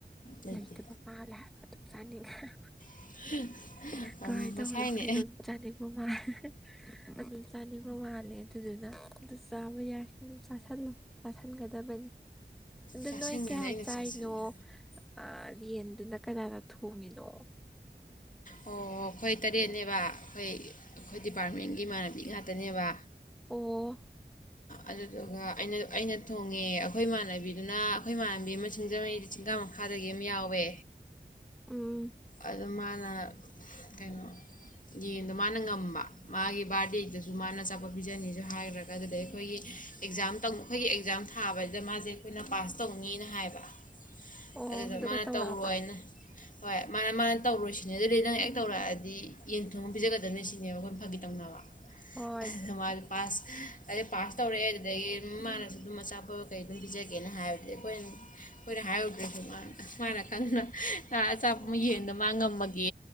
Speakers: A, on the left; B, in the centre.
A: ꯂꯩꯇꯦ
B: ꯂꯩꯇꯕ ꯃꯥꯜꯂꯦ ꯍꯥꯏꯕ ꯑꯗꯨꯝ ꯆꯥꯅꯤꯡꯉꯦ <inaudible>
A: <unintelligible>
B: ꯀꯥꯏ
A: ꯃꯁꯥꯏꯅꯦ
B: ꯇ ꯍꯔꯈꯅ ꯑꯗꯨ ꯆꯅꯤꯒ ꯃꯥꯥꯏ ꯑꯗꯨ ꯆꯅꯤꯒ ꯃꯥꯂꯦ ꯑꯗꯨ ꯑꯗꯨ ꯆꯥꯕ ꯌꯥꯈꯤ ꯑꯗꯨ ꯆꯥꯁꯤꯜꯂꯨ ꯆꯥꯥꯁꯟꯒꯗꯕꯅꯤ ꯑꯗꯨ
A: ꯆꯥꯁꯤꯟꯒꯅꯤ
B: ꯅꯣꯏ ꯀꯌꯥ
A: ꯑꯩꯅ ꯆꯥꯁꯤꯟꯒꯅꯤ
B: ꯆꯥꯏꯅꯣ ꯑ ꯌꯦꯟꯗꯨꯅ ꯀꯅꯥꯅ ꯊꯣꯡꯉꯤꯅꯣ
A: ꯑꯣ ꯑꯩꯈꯣꯏ ꯇꯔꯦꯠꯅꯦꯕ ꯑꯩꯈꯣꯏ ꯑꯩꯈꯣꯏ ꯗꯤꯄꯥꯔꯠꯃꯦꯟꯒꯤ ꯏꯃꯥꯟꯅꯕꯤ ꯉꯥꯛꯇꯅꯦꯕ
B: ꯑꯣ
A: ꯑꯗꯨꯗꯨꯒ ꯑꯩꯅ ꯑꯩꯅ ꯊꯣꯡꯉꯦ ꯑꯩꯈꯣꯏ ꯏꯃꯥꯟꯅꯕꯤꯗꯨꯅ ꯑꯩꯈꯣꯏ ꯏꯃꯥꯟꯅꯕꯤ ꯑꯃ ꯁꯤꯡꯖꯃꯩꯗꯤ ꯆꯤꯡꯒꯥꯥ ꯃꯈꯥꯗꯒꯤ ꯑꯃ ꯌꯥꯎꯋꯦ
B: ꯎꯝ
A: ꯑꯗꯣ ꯃꯥꯅ ꯀꯩꯅꯣ ꯌꯦꯟꯗꯣ ꯃꯥꯅ ꯉꯝꯕ ꯃꯥꯒꯤ ꯕꯥꯔꯗꯦꯗꯨꯗꯁꯨ ꯃꯥꯅ ꯆꯥꯎꯈꯠꯄꯤꯤꯖꯅꯤꯁꯨ ꯍꯥꯏꯈ꯭ꯔꯒ ꯑꯗꯨꯗꯩ ꯑꯩꯈꯣꯏꯒꯤ ꯑꯦꯛꯖꯥꯝ ꯇꯧ ꯑꯩꯈꯣꯏꯒꯤ ꯑꯦꯛꯖꯥꯝ ꯊꯥꯕꯁꯤꯗ ꯃꯥꯁꯦ ꯑꯩꯈꯣꯏꯅ ꯄꯥꯁ ꯇꯧꯅꯤꯅ ꯍꯥꯏꯕ
B: ꯑꯣ
A: ꯑꯗꯨꯗ
B: ꯑꯗꯨꯒ
A: ꯃꯥꯅ
B: ꯇꯧꯔꯛꯑꯕ
A: ꯇꯧꯔꯣꯏꯅ ꯍꯣꯏ ꯃꯥꯅ ꯃꯥꯅ ꯇꯧꯔꯨꯁꯤꯅꯦ ꯑꯗꯨ ꯑꯗꯩ ꯅꯪ ꯑꯦꯦꯛ ꯇꯧꯔꯛꯑꯗꯤ ꯌꯦꯟ ꯊꯣꯡꯕ ꯄꯤꯖꯒꯗꯕꯅꯤ ꯁꯤꯅꯦꯕ ꯑꯩꯈꯣꯏꯅ ꯐꯥꯒꯤ ꯇꯧꯅꯕ
B: ꯍꯣꯏ
A: ꯑꯗꯨꯗ ꯃꯥꯁꯦ ꯄꯥꯁ ꯑꯗꯩ ꯄꯥꯁ ꯇꯧꯔꯛꯑꯦ ꯑꯗꯨꯗꯒꯤ ꯃꯥꯅꯁꯨ ꯑꯗꯨꯝ ꯑꯆꯥ ꯑꯄꯣꯠ ꯀꯩ ꯑꯗꯨꯝ ꯄꯤꯖꯒꯦꯅ ꯍꯥꯏꯕꯗꯤ ꯑꯩꯈꯣꯏꯅ ꯑꯩꯈꯣꯏꯅ ꯍꯥꯏꯔꯨꯗ꯭ꯔꯁꯨ ꯃꯥꯅ ꯃꯥꯅ ꯈꯟꯗꯅ ꯑꯆꯥꯄ
B: ꯑꯣ
A: ꯌꯦꯟꯗ ꯃꯥꯡꯉꯝꯃꯒ